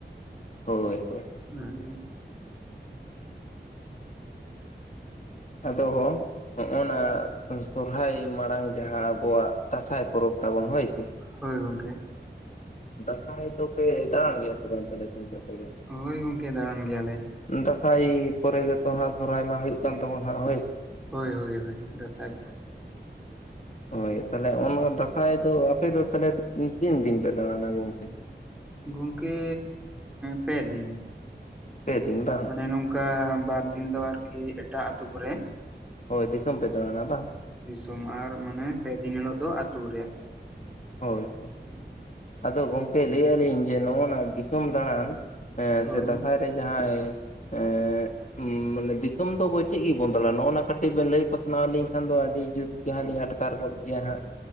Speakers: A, on the left; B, in the centre.
A: ᱦᱳᱭ ᱦᱳᱭ
B: ᱦᱮᱸ ᱦᱮᱸ
A: ᱟᱫᱚ ᱦᱚᱸᱜ ᱱᱟ ᱥᱚᱨᱦᱟᱭ ᱢᱟᱲᱟᱝ ᱡᱟᱦᱟᱸ ᱟᱵᱚᱣᱟᱜ ᱫᱟᱸᱥᱟᱭ ᱯᱚᱨᱚᱵᱽ ᱛᱟᱵᱚᱱ ᱦᱳᱭ ᱥᱮ
B: ᱦᱳᱭ ᱜᱚᱝᱠᱮ
A: ᱫᱟᱸᱥᱟᱭ ᱫᱚᱯᱮ ᱫᱟᱬᱟᱱ ᱜᱮᱭᱟ ᱥᱮ ᱵᱟᱝ ᱛᱟᱦᱞᱮ ᱜᱚᱝᱠᱮ ᱟᱯᱮ ᱫᱚ
B: ᱦᱳᱭ ᱜᱚᱝᱠᱮ ᱫᱟᱬᱟᱱ ᱜᱮᱭᱟᱞᱮ
A: ᱫᱟᱸᱥᱟᱭ ᱯᱚᱨᱮ ᱜᱮᱛᱚ ᱦᱟᱸᱜ ᱥᱚᱦᱨᱟᱭ ᱢᱟ ᱦᱩᱭᱩᱜ ᱠᱟᱱ ᱛᱟᱵᱚᱱᱟ ᱦᱟᱸᱜ ᱦᱳᱭᱥᱮ
B: ᱦᱳᱭ ᱦᱳᱭ ᱦᱳᱭ ᱫᱟᱸᱥᱟᱭ
A: ᱦᱳᱭ ᱛᱟᱦᱚᱞᱮ ᱚᱱᱟ ᱫᱟᱸᱥᱟᱭ ᱫᱚ ᱟᱯᱮ ᱫᱚ ᱛᱟᱦᱚᱞᱮ ᱛᱤᱱ ᱫᱤᱱ ᱯᱮ ᱫᱟᱬᱟᱱᱟ ᱜᱚᱝᱠᱮ
B: ᱜᱚᱝᱠᱮ ᱯᱮ ᱫᱤᱱ
A: ᱯᱮ ᱫᱤᱱ ᱵᱟᱝ
B: ᱢᱟᱱᱮ ᱱᱚᱝᱠᱟ ᱵᱟᱨ ᱫᱤᱱ ᱫᱚ ᱟᱨᱠᱤ ᱮᱴᱟᱜ ᱟᱛᱳ ᱠᱚᱨᱮ
A: ᱦᱳᱭ ᱫᱤᱥᱚᱢ ᱯᱮ ᱫᱟᱲᱟᱱᱟ ᱵᱟᱝ
B: ᱥᱳᱢ ᱟᱨ ᱢᱟᱱᱮ ᱯᱮ ᱫᱤᱱ ᱦᱤᱞᱳᱜ ᱫᱚ ᱟᱛᱩ ᱨᱮ
A: ᱦᱳᱭ
B: ᱩ
A: ᱟᱫᱚ ᱜᱚᱝᱠᱮ ᱞᱟᱹᱭᱮᱜ ᱞᱤᱧ ᱡᱮ ᱱᱚᱜᱼ ᱱᱟ ᱫᱤᱥᱚᱢ ᱫᱟᱬᱟᱱ
B: ᱦᱳᱭ
A: ᱥᱮ ᱫᱟᱸᱥᱟᱭ ᱨᱮ ᱡᱟᱦᱟᱸᱭ ᱮᱜ ᱩᱸᱢ ᱢᱟᱱᱮ ᱫᱤᱥᱚᱢ ᱫᱚ ᱟᱵᱚ ᱪᱮᱫ ᱜᱮ ᱵᱚᱱ ᱫᱟᱲᱟᱱᱟ ᱱᱚᱜᱼᱱᱟ ᱠᱟᱹᱴᱤᱡ ᱵᱮᱱ ᱞᱟᱹᱭ ᱯᱟᱥᱱᱟᱣ ᱞᱤᱧ ᱠᱷᱟᱱ ᱫᱚ ᱟᱹᱰᱤ ᱡᱩᱛ ᱡᱟᱦᱟᱸ ᱜᱮ ᱟᱴᱠᱟᱨ ᱠᱚᱜ ᱜᱮᱭᱟ ᱦᱟᱸᱜ